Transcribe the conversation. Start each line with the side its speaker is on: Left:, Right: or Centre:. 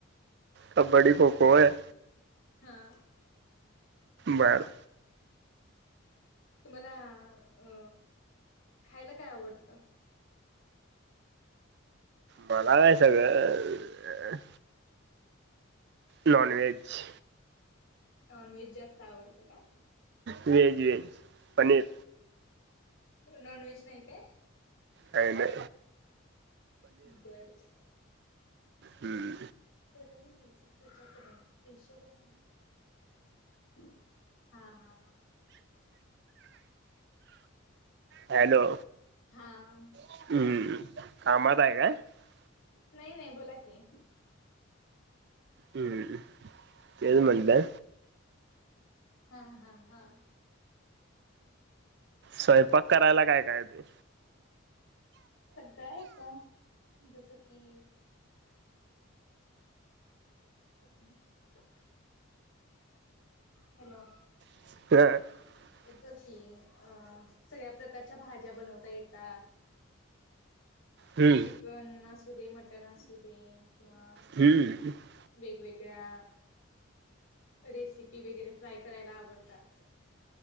Right: कबड्डी, खो खो होय.
Left: हा.
Right: बर.
Left: तुम्हाला अ खायला काय आवडतं?
Right: मला काय सगळ नॉन व्हेज
Left: नॉनव्हेज जास्त आवडतं का
Right: veg veg paneer
Left: non veg नाही काय
Right: अले
Left: बर
Right: हं.
Left: घदन घ च्याक रेषेवरन नाही हा हा ह
Right: हॅलो
Left: हा
Right: हं.
Left: बोला की
Right: <unintelligible>
Left: नाही नाही बोला कि
Right: हम्म तेच म्हणलं
Left: हा हा हा.
Right: स्वयपाक करायलाका काय तू?
Left: सगळा येतो, जसं की <unintelligible> हॅलो
Right: <unintelligible>
Left: येतो की, अ सगळ्या प्रकारच्या भाज्या बनवता येत तात.
Right: हम्म
Left: चिकन असू कधी मटण असू दे किंवा
Right: हम्म
Left: वेगवेगळ्या रेसिपी वगैरे ट्राय करायला आवडतात.